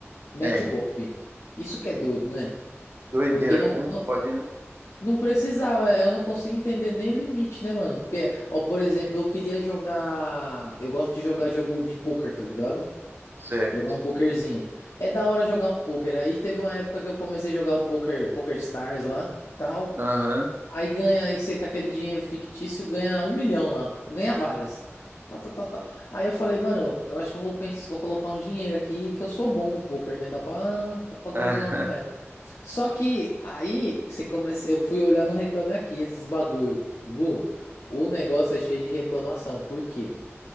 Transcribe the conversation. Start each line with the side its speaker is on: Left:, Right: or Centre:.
Left: metem
Right: É,
Left: o golpe. Isso que é doido, né?
Right: doideira,
Left: Porque não,
Right: como
Left: não-
Right: pode, né?
Left: Não precisava, é, eu não consigo entender nem o limite, né, mano? Porque, ó, por exemplo, eu queria jogar. Eu gosto de jogar jogo de poker, tá ligado?
Right: Certo.
Left: Jogar um pokerzinho. É da hora jogar um poker. Aí teve uma época que eu comecei a jogar o poker, Poker Stars lá, tal.
Right: Aham.
Left: Aí ganha, aí você com aquele dinheiro fictício ganha um milhão lá. Ganha várias. Tal, tal, tal, tal. Aí eu falei, mano, eu acho que eu vou pensar, vou colocar um dinheiro aqui que eu sou bom no poker, né? Dá pra, dá pra fazer
Right: <laughs> aham,
Left: uma moeda. Só que aí você começa, eu fui olhar no Reclame Aqui, esses bagulho. Gu, o negócio é cheio de reclamação. Por quê?